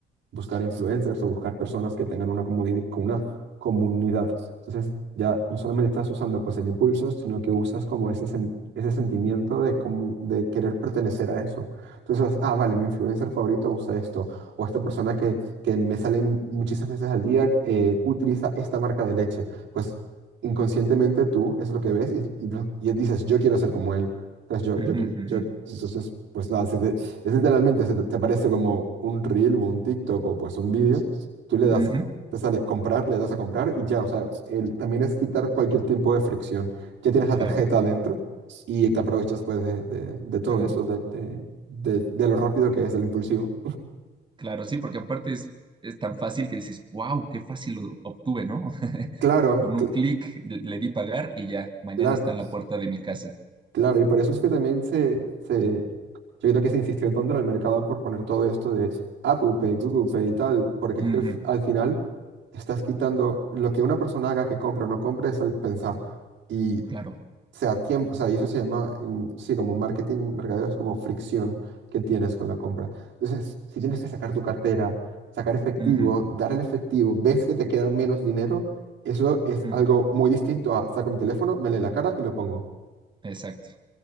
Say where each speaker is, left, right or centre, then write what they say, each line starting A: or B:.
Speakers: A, on the right; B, on the right.
A: buscar influencers o buscar personas que tengan una, comuni- con una comunidad. Entonces, ya no solamente estás usando pues el impulso, sino que usas como ese, sen- ese sentimiento de, como, de querer pertenecer a eso. Entonces, ah, vale, mi influencer favorito usa esto, o esta persona que, que me sale muchísimas veces al día eh, utiliza esta marca de leche. Pues inconscientemente tú es lo que ves y, y, lo- y dices, yo quiero ser como él. Entonces, yo,
B: Ujú,
A: yo, qui-
B: ujú,
A: yo, entonces, pues nada, se, es literalmente, se te te aparece como un reel o un TikTok o pues un vídeo, tú le das,
B: ujú,
A: te sale comprar, le das a comprar y ya, o sea, es- el- también es quitar cualquier tipo de fricción. Ya tienes la
B: claro.
A: tarjeta adentro y te aprovechas pues de, de- de todo
B: Mm,
A: eso, de, de, de- de lo rápido que es, del impulsivo.
B: claro, sí, porque aparte es, es tan fácil que dices, wow, qué fácil lo obtuve, ¿no?
A: Claro,
B: Con
A: cl-
B: un clic le di pagar y ya, mañana
A: claro.
B: está en la puerta de mi casa.
A: Claro, y por eso es que también se, se, yo creo que se insistió tanto en el mercado por poner todo esto de Apple Pay, Google Pay y tal, porque es
B: Ujú,
A: que al, fi- al final estás quitando lo que una persona haga que compre o no compre es el pensar y
B: claro.
A: sea tiempo, o sea, y eso se llama, en- sí, como marketing, mercadeo es como fricción que tienes con la compra. Entonces, si tienes que sacar tu cartera, sacar efectivo,
B: Ujú,
A: dar el efectivo, ves que te queda menos dinero, eso es
B: ujú,
A: algo muy distinto a saca mi teléfono, me lee la cara y lo pongo.
B: Exacto.